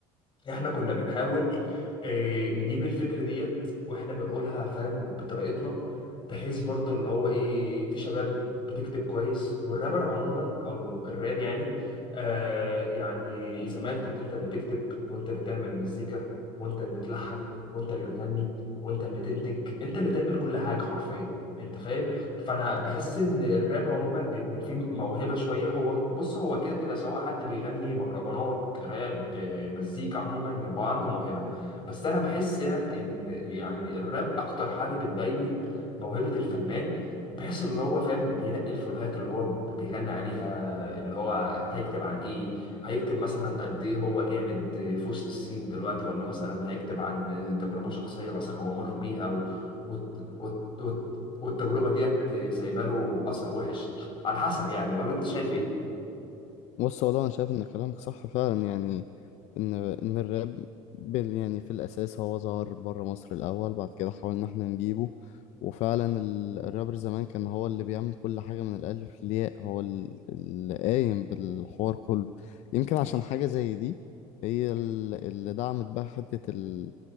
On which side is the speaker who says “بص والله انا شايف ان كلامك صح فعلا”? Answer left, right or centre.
Left